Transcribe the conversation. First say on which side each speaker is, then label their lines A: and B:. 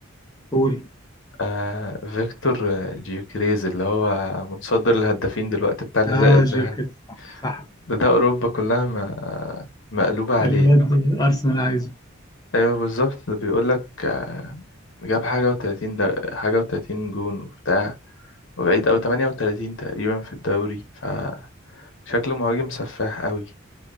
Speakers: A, on the left; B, on the left.
A: قول
B: آه فيكتور آه، جيوكريز اللي هو متصدر الهدافين دلوقتي بتاع الحذاء
A: اه
B: الذهبي
A: جيركس صح صح
B: ده ده أوروبا كلها ما آه، مقلوبة عليه
A: الواد ارسنال عايزه
B: أيوه بالظبط ده بيقولك آه جاب حاجة وتلاتين ده حاجة وتلاتين جون وبتاع وبعيد أوي تمانية وتلاتين تقريبا في الدوري فشكله مهاجم سفاح أوي